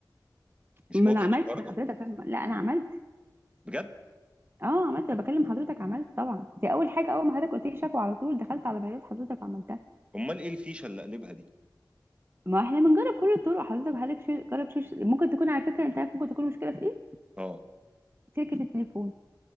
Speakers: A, on the right; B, on the right.
A: مش
B: ما
A: اوبشن
B: انا عملت
A: برضه
B: لحضرتك فاهمة؟ لا انا عملت
A: بجد
B: اه عملت انا بكلم حضرتك عملت طبعا دي اول حاجة اول ما حضرتك قلت لي شكوى على طول دخلت على بيانات حضرتك وعملتها
A: امال ايه الفيشه اللي قلبها دي
B: ما احنا بنجرب كل الطرق حضرتك حضرتك شيل- جرب شيل ممكن تكون على فكرة انت عارف ممكن تكون المشكلة في ايه
A: اه
B: سلكة التليفون